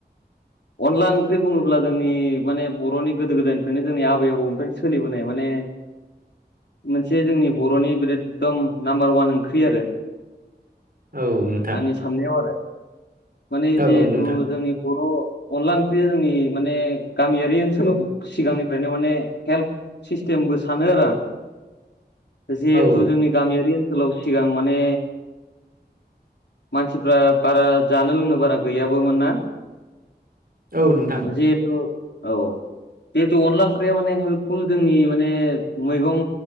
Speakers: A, on the left (about 85°); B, on the right (about 60°).
A: अनला ओंख्रि बुङोब्ला जोंनि माने बरनि गोदो गोदायनिफ्रायनो जोंनि आबै आबौनिफ्रायनो सोलिबोनाय माने मोनसे जोंनि बर'नि ब्रेददम नाम्बार अवान ओंख्रि आरो
B: औ नोंथां
A: आंनि साननायाव आरो माने
B: औ
A: जिहेथु
B: औ नोंथां
A: जोंनि बर' अनला ओंख्रिया जोंनि माने गामियारि ओनसोलाव सिगांनिफ्रायनो माने हेल्थ सिस्टेम बो सानो आरो आं जिहेथु
B: औ
A: जोंनि गामियारि ओनो नसोलाव सिगां माने मानसिफ्रा बारा जानो लोंनो बारा गैयाबोमोन ना
B: औ नोंथां
A: जिहेथु औ जिहेथु अनला ओंख्रिया माने हेल्पफुल जोंनि माने मैगं